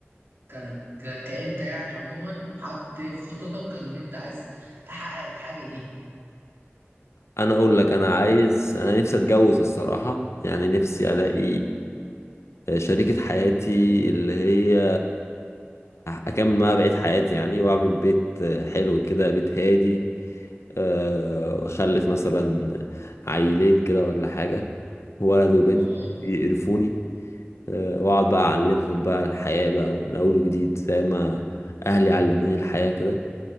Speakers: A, on the right; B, on the left.
A: ك... ك... كأنت يعني عموما حاطط ايه في خططك ان انت عايز تحقق الحاجة دي
B: انا اقول لك انا عايز انا نفسي اتجوز الصراحه يعني نفسي الاقي شريكه حياتي اللي هي اكمل معاها بقيه حياتي يعني واعمل بيت حلو كده بيت هادي أه، واخلف مثلا عيلين كده ولا حاجه ولد وبنت
A: اه
B: يقرفوني آه، واقعد بقى اعلمهم بقى الحياة بقى من اول وجديد زي ما اهلي علموني الحياة كده